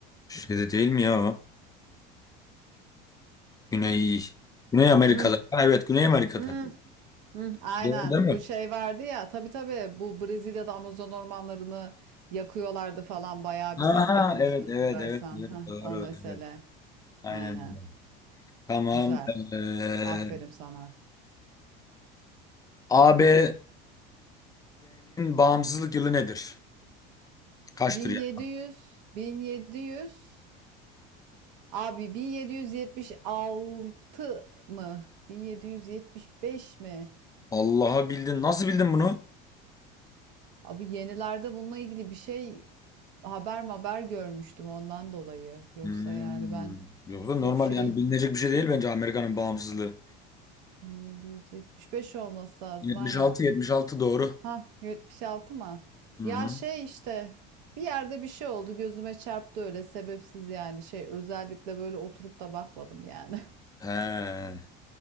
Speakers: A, on the left (about 15°); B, on the right (about 85°).
A: Şeyde değil mi ya o? Güney, Güney Amerika'da.
B: Hı,
A: Ha, evet Güney Amerika'da.
B: hı, hı. Aynen.
A: Doğru değil mi?
B: Bu şey vardı ya. Tabii tabii. Bu Brezilya'da Amazon ormanlarını yakıyorlardı falan. Bayağı bir
A: Aha,
B: ses getirmişti
A: evet
B: hatırlarsan.
A: evet evet evet
B: Heh,
A: doğru
B: o mesele.
A: evet. Aynen
B: Aynen.
A: öyle. Tamam.
B: Güzel.
A: Ee,
B: Aferin sana.
A: ABD'nin bağımsızlık yılı nedir? Kaçtır
B: 1700,
A: ya?
B: 1700. Abi 1776 mı? 1775 mi?
A: Allah'a bildin. Nasıl bildin bunu?
B: Abi yenilerde bununla ilgili bir şey haber haber görmüştüm ondan dolayı. Yoksa
A: Hmm.
B: yani ben
A: Yoksa
B: çok
A: normal
B: şey
A: yani bilinecek bir şey değil bence Amerika'nın bağımsızlığı.
B: 1775 olması lazım
A: 76
B: aynen.
A: 76 doğru.
B: Ha 76 mı?
A: Hı hı.
B: Ya şey işte bir yerde bir şey oldu gözüme çarptı öyle sebepsiz yani şey özellikle böyle oturup da bakmadım yani.
A: He,